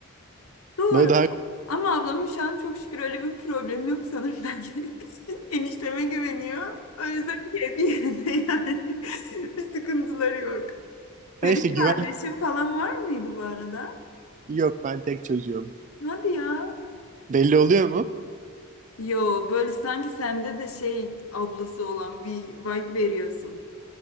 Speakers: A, on the left; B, on the right.
A: Doğru.
B: Böyle daha
A: Ama ablamın şu an çok şükür öyle bir problem yok sanırım bence. <laughs> Enişteme güveniyor. O yüzden keyfi yerinde yani. <laughs> Bir sıkıntıları yok.
B: Ha
A: Senin
B: işte güven
A: kardeşin falan var mıydı bu arada?
B: yok ben tek çocuğum.
A: Hadi ya.
B: Belli oluyor mu?
A: Yo böyle sanki sende de şey ablası olan bir vibe veriyorsun.